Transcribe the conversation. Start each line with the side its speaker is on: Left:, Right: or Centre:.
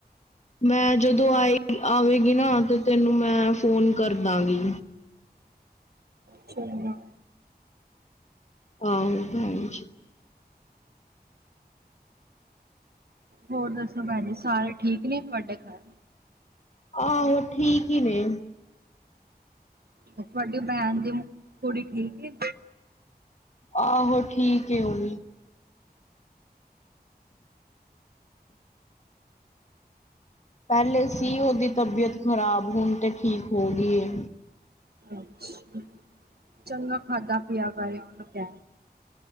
Left: ਮੈਂ, ਜਦੋਂ ਆਏ ਆਵੇਗੀ ਨਾ ਤੇ ਤੈਨੂੰ ਮੈਂ ਫੋਨ ਕਰਦਾਂਗੀ।
Right: ਚ <unintelligible>
Left: ਹਾਂ ਭੈਣਜੀ
Right: ਹੋਰ ਦੱਸੋ ਭੈਣ ਜੀ ਸਾਰੇ ਠੀਕ ਨੇ ਤੁਹਾਡੇ ਘਰ
Left: ਹਾਂ ਔ ਠੀਕ ਹੀ ਨੇ
Right: ਤੁਹਾਡੀ ਭੈਣ ਦੀ ਕੁੜੀ ਠੀਕ ਏ
Left: ਆਹੋ ਠੀਕ ਏ ਉਹ ਹੁਣ ਪਹਿਲੇ ਸੀ ਉਹਦੀ ਤਬੀਅਤ ਖ਼ਰਾਬ, ਹੁਣ ਤੇ ਠੀਕ ਹੋ ਗਈ ਏ
Right: ਅੱਛਾ। ਚੰਗਾ ਖਾਧਾ ਪੀਆ ਕਰੇ ਉਹਨੂੰ ਕਹਿ